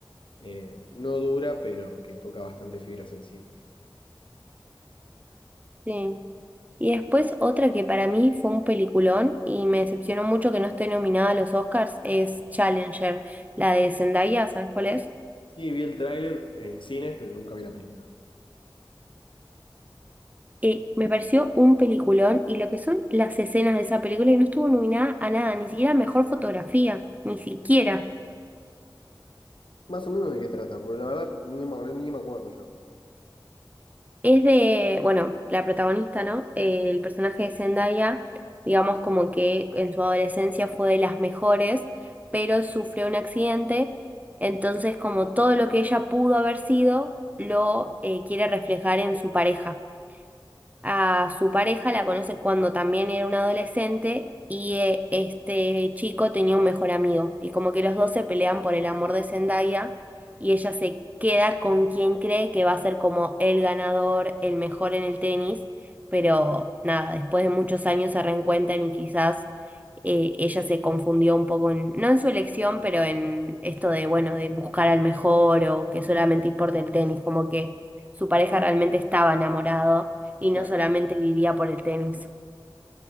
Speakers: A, on the left (about 80°); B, on the right (about 20°).
A: eh, no dura, pero que toca bastante fibras sensibles.
B: Sí. Y después otra que para mí fue un peliculón y me decepcionó mucho que no esté nominada a los Oscars es Challenger, la de Zendaya, ¿sabes cuál es?
A: Sí, vi el tráiler en cines, pero nunca vi la película.
B: Eh, me pareció un peliculón y lo que son las escenas de esa película y no estuvo nominada a nada, ni siquiera a mejor fotografía, ni siquiera.
A: Más o menos de qué trata, porque la verdad ni me, acuerdo- ni me acuerdo yo.
B: Es de, bueno, la protagonista, ¿no? Eh, el personaje de Zendaya, digamos como que en su adolescencia fue de las mejores, pero sufrió un accidente, entonces como todo lo que ella pudo haber sido, lo eh, quiere reflejar en su pareja a su pareja, la conoce cuando también era un adolescente y eh, este chico tenía un mejor amigo. Y como que los dos se pelean por el amor de Zendaya y ella se queda con quien cree que va a ser como el ganador, el mejor en el tenis. Pero nada, después de muchos años se reencuentran y quizás eh, ella se confundió un poco, en, no en su elección, pero en esto de, bueno, de buscar al mejor o que solamente importa el tenis, como que su pareja realmente estaba enamorado y
A: Claro,
B: no solamente vivía por el tenis.